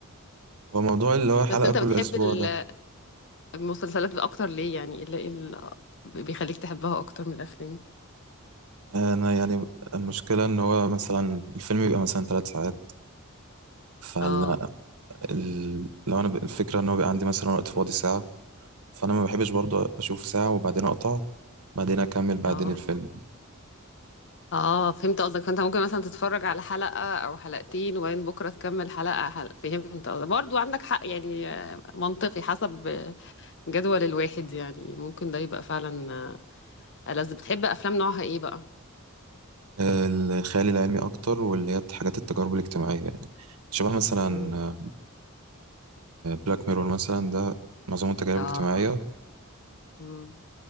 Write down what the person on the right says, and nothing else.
هو موضوع اللي هو حلقه
كل
اسبوع
ده
انا يعني المشكله ان هو مثلا الفيلم بيبقى مثلا ثلاث ساعات فلا
ال... لو انا ب... الفكره ان هو بيبقى عندي مثلا وقت فاضي ساعه فانا ما بحبش برضو اشوف ساعه وبعدين اقطع بعدين اكمل بعدين
الفيلم
آه، الخيال العلمي اكتر واللي هي حاجات التجارب الاجتماعيه يعني شبه مثلا
بلاك ميرور مثلا ده معظمه تجارب
اجتماعيه